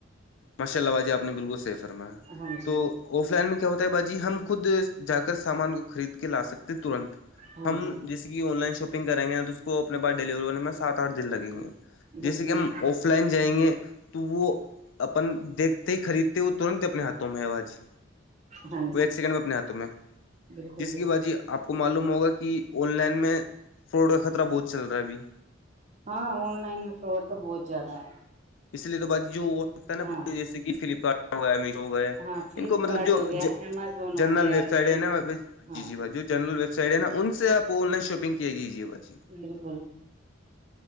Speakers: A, on the left; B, on the right.
A: ماشاء اللہ باجی آپ نے بالکل صحیح فرمایا
B: ہاں جی
A: تو آف لائن میں کیا ہوتا ہے باجی ہم خود جا کر سامان کو خرید کے لا سکتے ہیں ترنت
B: ہاں
A: ہم
B: جی
A: جس کی آن لائن شاپنگ کریں گے نا تو اس کو اپنے بعد ڈیلیور ہونے میںس سات آٹھ دن لگیں گے
B: بالکل
A: جیسے کہ ہم آف لائن جائیں گے تو وہ اپن دیکھتے ہی خریدتے وہ ترنت ہی اپنےاتھوں میں ہے باجی
B: ہاں جی
A: وہ ایک سیکنڈ میں اپنے ہاتھوں میں
B: بالکل
A: جس
B: بالکل
A: کی باازی آ آپ کو معلوم ہوگا کہ آن لائن میں فراڈ کا خطرہ بہت چل رہا ہے ابھی
B: ہاں آن لائن میں فوڈ تو بہت زیادہ ہے
A: اس لیے تو بج جوو اور ستا ہے نا
B: ہاں
A: جیسے کہ فلپکارٹ ہو گیا میشو ہو گئے
B: ہاں فلپکارٹ
A: ان کو مطلب جو
B: ہو گیا امیزون ہو
A: جنرل
B: گیا
A: ویب
B: یہ
A: سائٹ ہے
B: جو
A: ن
B: ہاں
A: جی جی بو جنرلیبائٹ ن ان سے آپ آن لائن شاپنگ کیےی با جی
B: بالکل